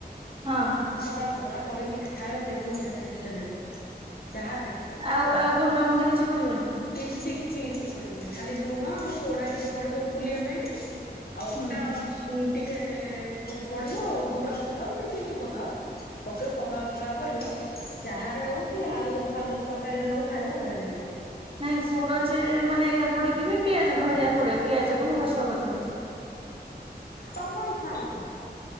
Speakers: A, on the right; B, on the left.
A: ହଁ।
B: ପତଳା ପତଳା କରିକି ଖାାଉଵ ଦେଖିବ ବଢିଆ ଟେଷ୍ଟ ଲାଗିବ ଚାହାରେ।
A: ଆଉ ଆଉ ଗୁଣ୍ଡ ଗୁଣ୍ଡି କିଛି ପଡିବନି।
B: କିଛି କିଛି କିଛି ପଡିବନି ଖାଲି ଲୁଣ ଆଉ ସୋଡା ଟିକେ ପଡିବ ଫୁଲିବା ପାଇଁ କି? ଆଉ ଅଟା
A: ହୁଁ
B: ଅଛ ଟିକେ ପଡିବ ଆ ଗୁଡ ପକାଅ କି ଚିନି ପକାଅ ପକେଇବ ପତଳା ପତଳା କରିବ ଚାହାରେ ହଉ କି
A: ଗୁ
B: ଆଳୁଦମ ଫାଳୁଦମ ତରକାରୀରେ ହଉ ଖାଇବ ବଢିଆ ଲାଗିବ।
A: ନାଇଁ ଗୁଡଚେ ମାନେ ଏଇଟା ପଡିକି ବି ପିଆଜ ଭଳିଆ ପଡିବ ପିଆଜକୁ ଭୁସଙ୍ଗ ପତ୍ର।
B: ତମ ଇଚ୍ଛା କଥା